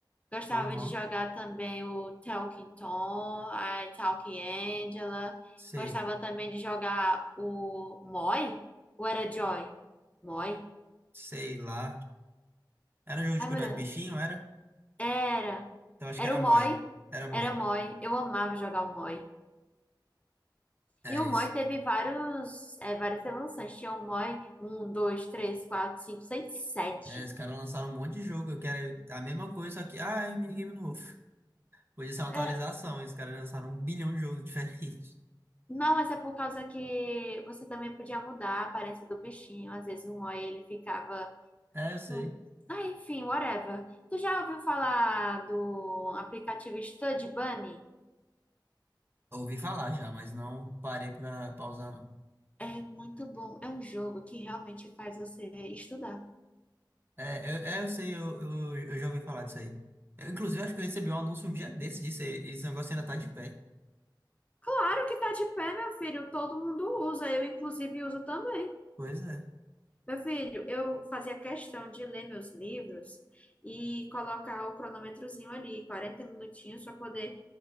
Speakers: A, on the left; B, on the right.
A: Gostava
B: Aham.
A: de jogar também o Talking Tom, a Talking Angela.
B: Sei.
A: Gostava também de jogar o Moi? Ou era Joy? Moi?
B: Sei lá. Era jogo
A: Ai,
B: de cuidar
A: meu Deus.
B: de bichinho, era?
A: Era.
B: Então acho
A: Era
B: que era
A: o
B: Moi.
A: Moi.
B: Era Moi.
A: Era Moi. Eu amava jogar o Moi.
B: É
A: E o
B: isso.
A: Moi teve vários, é, várias evoluções. Tinha o Moi um 2 3 4 5 6 sete
B: É, os caras lançaram um monte de jogo. Eu quero a mesma coisa, só que. Ah, é um minigame novo. Podia ser uma
A: É,
B: atualização. e Os caras lançaram um bilhão de jogos diferentes. <laughs>
A: não, mas é por causa que você também podia mudar a aparência do bichinho. Às vezes o Moi ele ficava.
B: É, eu sei.
A: com- Ah, enfim, whatever. Tu já ouviu falar do aplicativo Stud Bunny?
B: Ouvi falar já, mas não parei pra pausar, não.
A: É muito bom. É um jogo que realmente faz você estudar.
B: É, eu, é, eu sei, eu, eu, eu já ouvi falar disso aí. Eu, inclusive, acho que eu recebi um anúncio um dia desse disso aí. Esse negócio ainda tá de pé.
A: Claro que tá de pé, meu filho. Todo mundo usa. Eu, inclusive, uso também.
B: Pois é.
A: Meu filho, eu fazia questão de ler meus livros e colocar o cronômetrozinho ali, 40 minutinhos, para poder